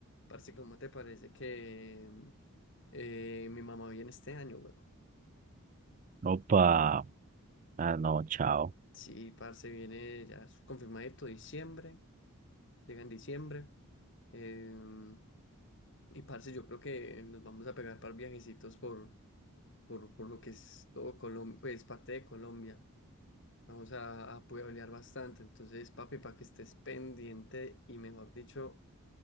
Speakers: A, on the left; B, on the right.
A: Parce, ¿cómo te parece que mm, eh, mi mamá viene este año, güey?
B: Opa, ah no, chao.
A: Sí, parce, viene ya es confirmadito diciembre, llega en diciembre. em, y parce, yo creo que nos vamos a pegar para viajecitos por, por, por lo que es todo Colombia, pues parte de Colombia. Vamos a, a pueblear bastante. Entonces, papi, para que estés pendiente y mejor dicho,